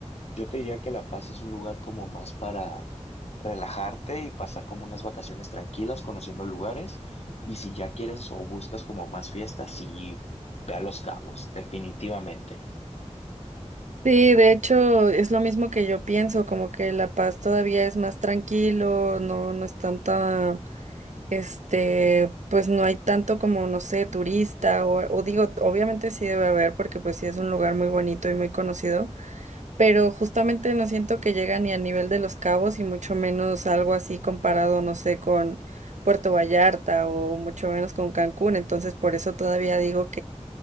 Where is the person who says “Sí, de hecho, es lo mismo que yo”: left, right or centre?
Right